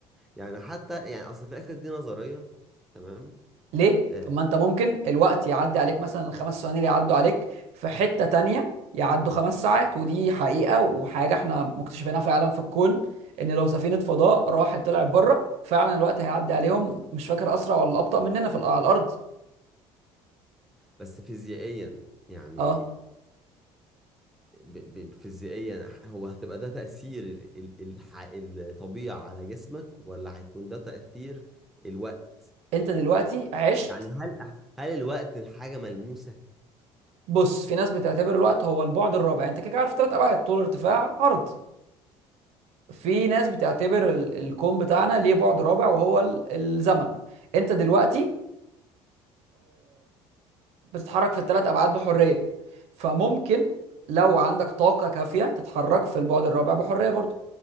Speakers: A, in the centre; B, on the right.
A: يعني حتى يعني اصل في الاخر دي نظريه تمام
B: ليه؟
A: آه
B: طب ما انت ممكن الوقت يعدي عليك مثلا الخمس ثواني اللي يعدوا عليك في حتة تانية يعدوا خمس ساعات ودي حقيقة وحاجة احنا مكتشفينها فعلا في الكون ان لو سفينة فضاء راحت طلعت بره فعلا الوقت هيعدي عليهم مش فاكر اسرع ولا ابطأ مننا في الأ- على الارض
A: بس فيزيائيا يعني
B: اه
A: ب- ب- فيزيائيا هو هتبقى ده تاثير ال- ال- الح- الطبيعه على جسمك ولا هيكون ده تاثير الوقت
B: انت دلوقتي عشت
A: يعني هل هل الوقت حاجه ملموسه
B: بص في ناس بتعتبر الوقت هو البعد الرابع انت كده كده عارف ثلاث ابعاد طول ارتفاع عرض في ناس بتعتبر ال- الكون بتاعنا ليه بعد رابع وهو ال- الزمن انت دلوقتي بتتحرك في الثلاث ابعاد بحريه فممكن لو عندك طاقه كافيه تتحرك في البعد الرابع بحريه برضه